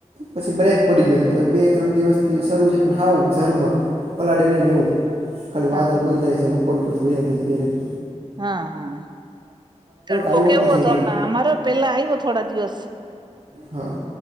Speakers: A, on the right; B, on the right.
A: પછી બ્રેક પડી ગયો હતો બે ત્રણ દિવસથી સારું પણ હાઉ ઝર્મર, પલાડે નઈ ને એવું ખાલી
B: હા
A: વાદળ બંધાય છે અને ઉપર ઉપર વઈ જાય છે એ રીત,
B: હા હા, તડકો
A: આવ્યો
B: કેવો
A: જ નથી
B: હતો
A: હજી
B: અમના અમારે પેલા આવ્યો થોડા દિવસ,
A: હા,